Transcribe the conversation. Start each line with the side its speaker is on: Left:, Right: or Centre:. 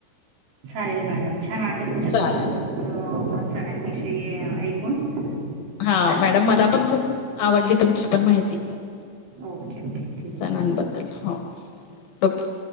Right: चालेल मॅडम, छान वाट- तुमच्या
Left: चाल
Right: सोबत तुमचं मत सणांविषयी ऐकून चालेल
Left: हा, मॅडम
Right: ठीक
Left: मला पण
Right: आहे
Left: खूप आवडली तुमची पण माहिती.
Right: ओके, ओके ठीक आहे.
Left: सणांबद्दल हो, ओके.